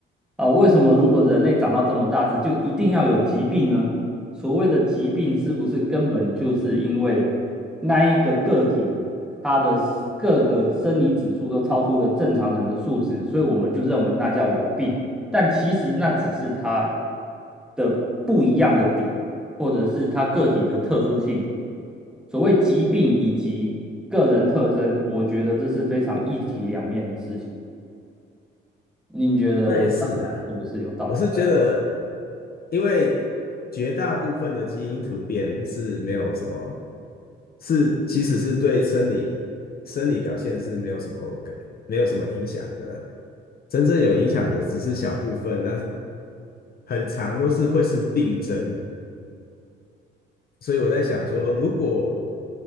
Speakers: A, in the centre; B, on the left.
A: 啊、呃为什么如果人类长到这么大只，就一定要有疾病呢？所谓的疾病，是不是根本就是因为那一个个体它的各个生理指数都超出了正常人的数值，所以我们就认为那叫有病？但其实那只是它的不一样的点，或者是它个体的特殊性。所谓疾病以及个人特征，我觉得这是非常一体两面的事情。您觉得我这样讲是不是有道理？
B: 那也是啊，我是觉得，
A: 对啊
B: 因为绝大部分的基因突变是没有什么，是其实是对生理生理表现是没有什么没有什么影响的，真正有影响的只是小部分，但是很长都是会是病症，所以我在想说，如果